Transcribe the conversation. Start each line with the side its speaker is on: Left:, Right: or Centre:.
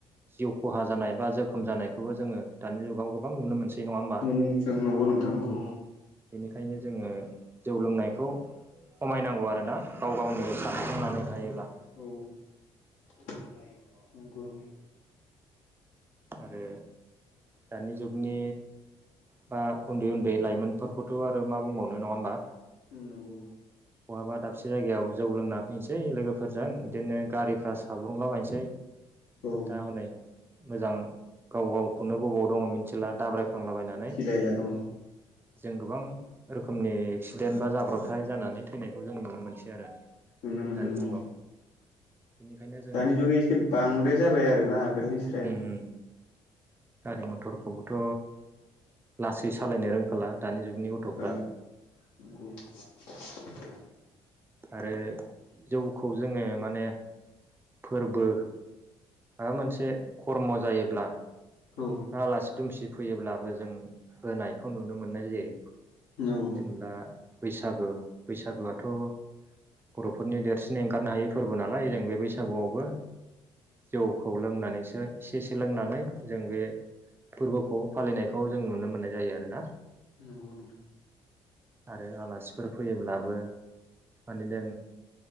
Right: जिउ खहा जानाय बा जोखोम जानायखौबो जोङो दानि जुगाव गोबां नुनो मोनसै नङा होमबा
Left: <unintelligible> नंगौ नोंथां नंगौ
Right: बेनिखायनो जोङो जौ लोंनायखौ खमायनांगौ आरोना, गाव गावनो सानस्रांनानै हायोब्ला
Left: औ <unintelligible>
Right: आरो दानि जुगनि बा उन्दै उन्दै लाइमोनफोरखौथ' आरो मा बुंबावनो नङा होमबा
Left: उम नंगौ
Right: बहाबा दाबसे जायगायाव जौ लोंना फैनोसै लोगोफोरजों बिदिनो गारि फ्रा साब्रुंलाबायायनोसै
Left: औ
Right: दा हनै मोजां गाव गावखौनो बबाव दङ मिथिला दाब्राय फ्रांलाबायनानै
Left: मिथिलायला औ
Right: जों गोबां रोखोमनि एक्सिडेन्ट बा जाब्रबथाय जानानै थैनायखौ जों नुनो मोनसै आरो
Left: नुनो मोनदों
Right: दानि जुगाव
Left: औ
Right: बेनिखायनो जोङो
Left: दानि जुगै एसे बांद्राय जाबाय आरो ना आगोलनिख्रुय
Right: उम उम गारि मथरखौबोथ' लासै सालायनो रोंखाला दानि जुगनि गथ'फ्रा
Left: रोंखाला <unintelligible>
Right: आरो जौखौ जोङो माने फोरबो माबा मोनसे खर्म जायोब्ला
Left: औ
Right: आलासि दुमसि फैयोब्लाबो जों होनायखौ नुनो मोननाय जायो
Left: नं
Right: जेनेबा बैसागो बैसागोआथ' बर'फोरनि देरसिन एंगारनो हायै फोरबो नालाय जों बे बैसागुआवबो जौखौ लोंनानैसो एसेसे लोंनानै जों बे फोरबोखौ फालिनायखौ जों नुनो मोननाय जायो आरो ना
Left: नंगौ नोंथां
Right: आरो आलासिफोर फैयोब्लाबो माने लों